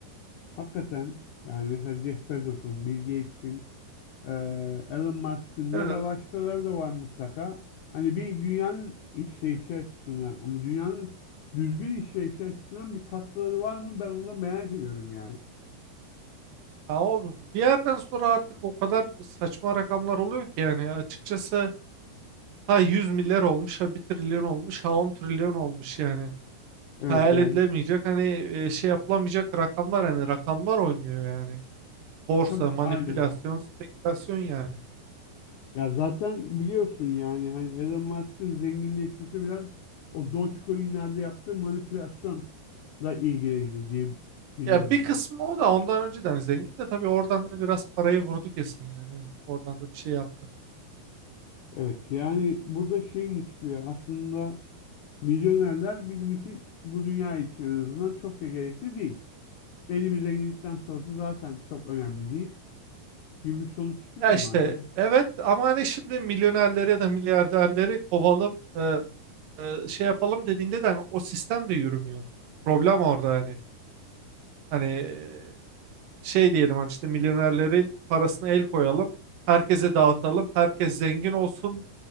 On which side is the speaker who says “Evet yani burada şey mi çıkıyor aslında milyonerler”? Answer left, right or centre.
Left